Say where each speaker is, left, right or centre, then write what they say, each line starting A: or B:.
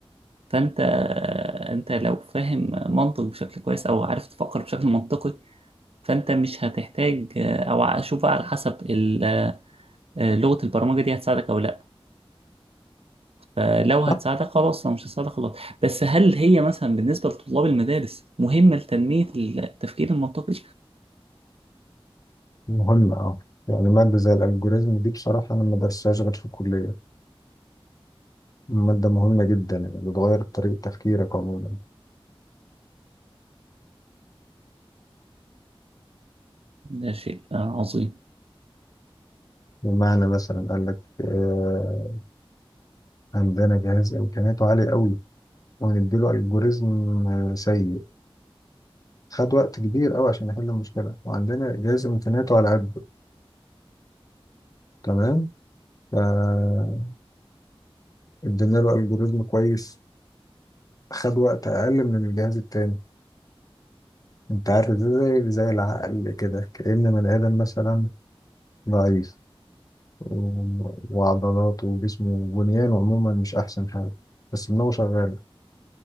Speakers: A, on the right (about 80°); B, on the left (about 40°).
A: فانت انت لو فاهم منطق بشكل كويس او عارف تفكر بشكل منطقي فانت مش هتحتاج آه، او اشوف بقى على حسب ال- آه، لغة البرمجة دي هتساعدك او لا فلو
B: صح؟
A: هتساعدك خلاص لو مش هتساعدك خلاص بس هل هي مثلا بالنسبة لطلاب المدارس مهمة لتنمية التفكير المنطقي؟
B: مهمة اه يعني مادة زي الألجوريزم دي بصراحة أنا ما درستهاش غير في الكلية مادة مهمة جدا يعني بتغير طريقة تفكيرك عموما
A: ده شيء عظيم
B: بمعنى مثلا قال لك آه، عندنا جهاز امكانياته عاليه قوي وهنديله الجوريزم آه، سيء خد وقت كبير قوي عشان يحل المشكله وعندنا جهاز امكانياته على قده تمام فادينا له الجوريزم كويس خد وقت اقل من الجهاز التاني انت عارف ده زي زي العقل كده كأن بني ادم مثلا ضعيف و- وعضلاته وجسمه وبنيانه عموما مش احسن حاجه بس دماغه شغاله